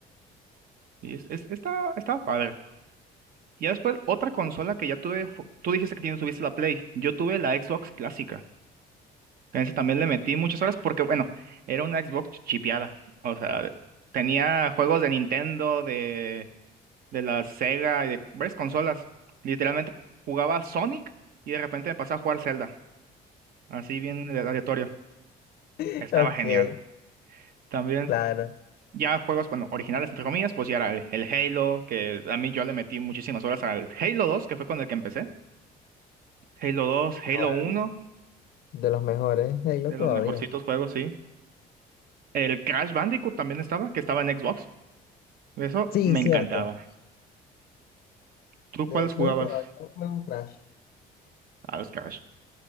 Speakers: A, on the right; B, on the left.
A: Y es, es- está, estaba padre. Y ya después, otra consola que ya tuve, fu- tú dijiste que tienes, tuviste la Play, yo tuve la Xbox clásica. En ese también le metí muchas horas porque, bueno, era una Xbox chipeada. O sea, de- tenía juegos de Nintendo, de, de la Sega y de varias consolas. Literalmente jugaba Sonic y de repente me pasaba a jugar Zelda, así bien aleatorio.
B: <laughs>
A: Estaba
B: Ok,
A: genial. También
B: claro.
A: ya juegos, bueno, originales entre comillas, pues ya era el, el Halo, que a mí yo le metí muchísimas horas al Halo 2, que fue con el que empecé. Halo 2, Halo
B: No, bueno,
A: 1,
B: de los mejores de Halo
A: de
B: todavía.
A: los mejorcitos juegos, sí. El Crash Bandicoot también estaba, que estaba en Xbox. Eso
B: Sí,
A: me
B: cierto.
A: encantaba. ¿Tú
B: De
A: cuáles
B: hecho,
A: jugabas
B: todavía juego Crash.
A: a los Crash?